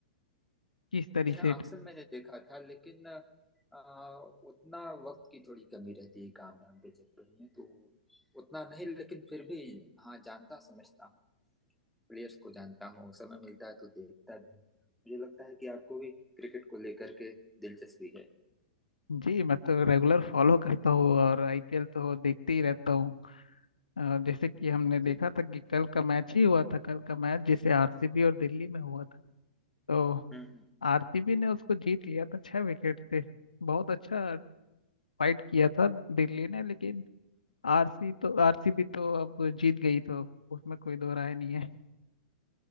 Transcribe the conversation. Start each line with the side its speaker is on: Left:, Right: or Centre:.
Left: किस तरीके
Centre: जी हाँ
Left: से
Centre: अक्सर मैंने देखा था लेकिन आ, उतना वक्त की थोड़ी कमी रहती है काम धाम के चक्कर में तो उतना नहीं लेकिन फिर भी हाँ जानता समझता हूँ प्लेयर्स को जानता हूँ समय मिलता है तो देखता भी हूँ मुझे लगता है कि आपको भी क्रिकेट को लेकर के दिलचस्पी है
Left: जी मैं तो रेगुलर फॉलो करता हूँ और आईपीएल तो देखते ही रहता हूँ अ, जैसे कि हमने
Centre: जी
Left: देखा था कि कल का मैच ही हुआ था कल का मैच जिसे आरसीबी और दिल्ली में हुआ था तो
Centre: हम्म हम्म।
Left: आरसीबी ने उसको जीत लिया था छह विकेट से बहुत अच्छा फाइट किया था दिल्ली ने लेकिन आरसी तो आरसीबी तो अब जीत गई तो उसमें कोई दो राय नहीं है